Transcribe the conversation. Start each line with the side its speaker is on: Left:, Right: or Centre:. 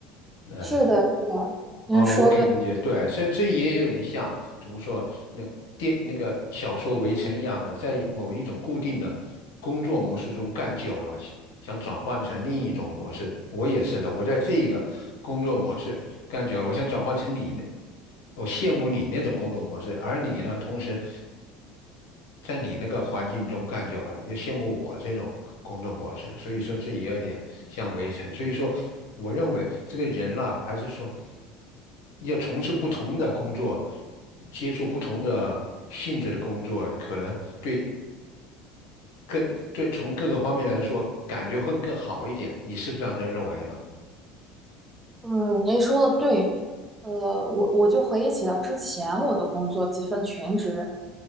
Left: 呃，
Right: 是的，是的，您说对，
Left: 哦，我可以理解，对，所以这也有点像怎么说，那电那个小说《围城》一样的，在某一种固定的工作模式中干久了，想想转换成另一种模式。我也是的，我在这一个工作模式干久了，我想转换成你那，我羡慕你那种工作模式，而你呢，同时在你那个环境中干久了，也羡慕我这种工作模式。所以说，这也有点像围城。所以说，我认为这个人啦，还是说要从事不同的工作，接触不同的性质的工作，可能对更对从各个方面来说，感觉会更好一点。你是不是这样认认为呢？
Right: 嗯，您说的对。呃，我我就回忆起了之前我的工作，几份全职，